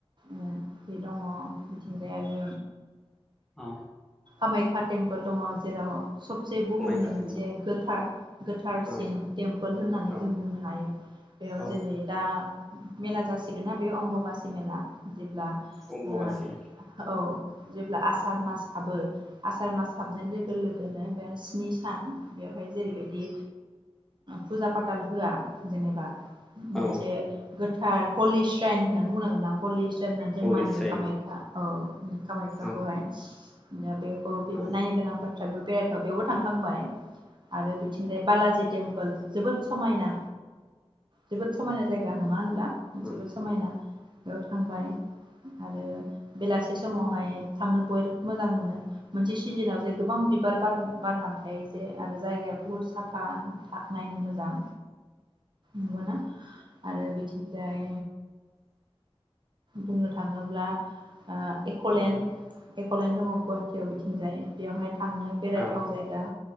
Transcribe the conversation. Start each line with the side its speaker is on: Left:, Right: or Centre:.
Right: ओ बे दङ बिथिंजाय आरो
Centre: औ
Right: खामाख्या टेम्पोल दङ जेराव सबसे बुहुमनि
Centre: कामाख्या
Right: मोनसे
Centre: टेम्पोल
Right: गोथार गोथारसिन
Centre: औ
Right: टेमपोल होननानै
Centre: औ
Right: जों बुंनो हायो बेयाव
Centre: औ
Right: जेरै दा मेला जासि- गोनना बे अम्ब'बासि मेला जेब्ला
Centre: अम्बुबासि
Right: ओ औ जेब्ला आसार मास हाबो आसार मास हाबनाय लोगो लोगोनो बे स्नि सान बेवहाय जेरैबायदि फुजा फाथाल होआ जेनेबा मोनसे
Centre: औ
Right: गोथार हलि स्राइन <unintelligible> पलिस्टार होननानै जों
Centre: हलि
Right: मानियो
Centre: सेन
Right: कामाख्या औ कामाख्याखौहाय।
Centre: औ
Right: दा बेखौ बेबो
Centre: औ
Right: नायनो गोनां बाथ्रा बेबो बेरायथाव बेयावबो थांखांबाय आरो बिथिंजाय बालाजि टेम्पोल जोबोद समायना जोबोद समायना जायगा नङा होनब्ला जोबोद
Centre: औ
Right: समायना बेयाव थांबाय आरो बेलासि बे समावहाय थांनो बय मोजां मोनो मोनसे सिजोनाव जे गोबां बिबार बार बारनानै थायो जे आरो जायगाया बुहुत साफा नायनो मोजां नुवोना आरो बिथिंजाय बुंनो थाङोब्ला ओ एक'लेन्ड एक'लेन्ड दङ। गुवाहाटीयाव बिथिंजाय बेयावहाय थांनो बेरायथाव
Centre: औ
Right: जायगा